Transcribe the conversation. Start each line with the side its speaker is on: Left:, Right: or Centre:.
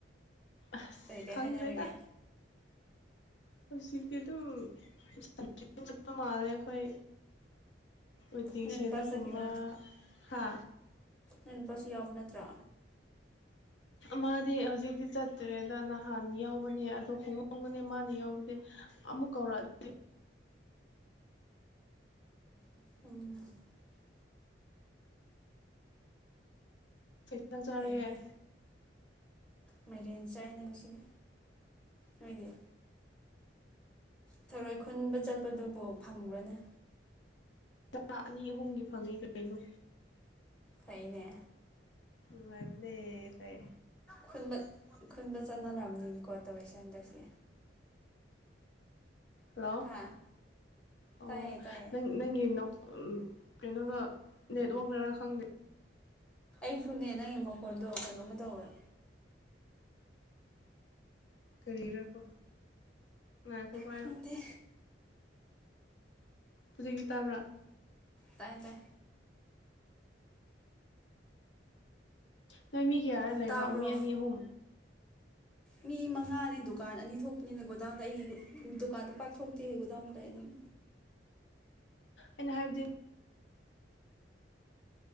Left: ꯑꯁ
Centre: ꯀꯩ ꯀꯩ
Left: ꯈꯪꯗ꯭ꯔꯦꯗ
Centre: ꯍꯥꯏꯅꯔꯒꯦ
Left: ꯍꯧꯖꯤꯛꯇꯤ ꯑꯗꯨꯝ ꯃꯥꯔꯦ ꯑꯩꯈꯣꯏ ꯏꯇꯤꯁꯗ
Centre: ꯅꯣꯏ ꯅꯨꯄꯥ ꯆꯠꯈꯤꯕ
Left: ꯀꯨꯝꯕ ꯍꯥ
Centre: ꯅꯅꯄꯁꯨ ꯌꯥꯎꯕ ꯅꯠꯇ꯭ꯔꯣ
Left: ꯃꯥꯗꯤ ꯍꯧꯖꯤꯛꯇꯤ ꯆꯠꯇ꯭ꯔꯦꯗ ꯅꯍꯥꯟ ꯌꯥꯎꯕꯅꯦ ꯑꯗꯣ ꯈꯣꯡꯎꯣꯝꯒꯅꯦ ꯃꯥꯅ ꯌꯥꯎꯕꯗꯤ ꯑꯃꯨꯛ ꯀꯧꯔꯛꯑ
Centre: ꯎꯝ
Left: ꯐꯪ ꯆꯔꯒꯦ
Centre: ꯐꯩ ꯐꯩ ꯃꯥꯏꯔꯦꯟ ꯆꯥꯏꯅ ꯉꯁꯤꯅꯦ ꯅꯣꯏꯗꯤ ꯊꯔꯣꯏ ꯈꯨꯟꯕ ꯆꯠꯄꯗꯨꯕꯨ ꯐꯪꯒ꯭ꯔꯅꯤ
Left: ꯥ ꯑꯅꯤ ꯑꯍꯨꯝꯒꯤ ꯐꯪꯉꯤ ꯀꯩꯅꯣ
Centre: ꯐꯩꯅꯦ
Left: ꯉꯥꯏꯕꯅꯦ ꯐꯥꯏ
Centre: ꯈꯨꯟꯕ ꯈꯨꯟꯕ ꯆꯠꯅꯔꯔꯕꯅꯤꯅꯀꯣ ꯇꯧꯔꯤꯁꯦ ꯍꯟꯗꯛꯁꯦ
Left: ꯍꯜꯂꯣ
Centre: ꯍꯥ
Left: ꯑꯣ
Centre: ꯇꯥꯏꯌꯦ ꯇꯥꯏꯌꯦ
Left: ꯅꯪ ꯅꯪꯩꯅꯣ ꯀꯩꯅꯣꯗ ꯅꯦꯠꯋꯥꯛꯛ ꯈꯔꯥ ꯈꯪꯗꯦ
Centre: ꯁꯤꯁꯨꯅꯦ ꯅꯪꯒꯤ ꯃꯈꯣꯟꯗꯣ ꯀꯩꯅꯣꯝꯃ ꯇꯧꯔꯦ
Left: ꯀꯔꯤ ꯔꯀꯣ ꯉꯥꯏꯈꯣ ꯄꯥꯏꯌꯨ
Centre: ꯈꯪꯗꯦ
Left: ꯍꯧꯖꯤꯛꯀꯤ ꯇꯥꯕ꯭ꯔꯥ
Centre: ꯇꯥꯏ ꯇ
Left: ꯅꯣꯏꯃꯤ ꯀꯤꯌꯥꯔ ꯂꯩꯕ
Centre: ꯇꯥꯕ꯭ꯔꯣ
Left: ꯃꯤ ꯑꯅꯤ ꯑꯍꯨꯝ
Centre: ꯃꯤ ꯃꯉꯥꯅꯦ ꯗꯨꯀꯥꯟ ꯑꯅꯤ ꯊꯣꯛꯄꯅꯤꯅ ꯒꯣꯗꯥꯎꯟꯗ ꯑꯩꯅꯤ ꯗꯨꯀꯥꯟꯗ ꯄꯥꯛꯊ ꯊꯣꯛꯇꯦ ꯒꯣꯗꯥꯎꯟꯗ ꯂꯩ ꯑꯗꯨꯝ
Left: ꯑꯩꯅ ꯍꯥꯏꯕꯗꯤ